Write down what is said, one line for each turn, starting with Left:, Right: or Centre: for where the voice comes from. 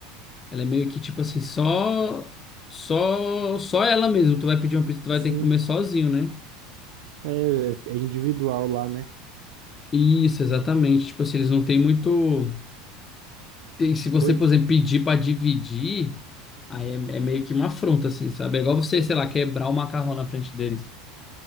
Left: Ela é meio que tipo assim, só. Só, só ela mesmo. Tu vai pedir uma pizza, tu vai
Right: Sim.
Left: ter que comer sozinho, né?
Right: É, é individual lá, né?
Left: Isso, exatamente. Tipo assim, eles não têm muito. tem- se você,
Right: Pois
Left: por exemplo, pedir pra dividir, aí é, é meio que uma afronta, assim, sabe? É igual você, sei lá, quebrar o macarrão na frente deles.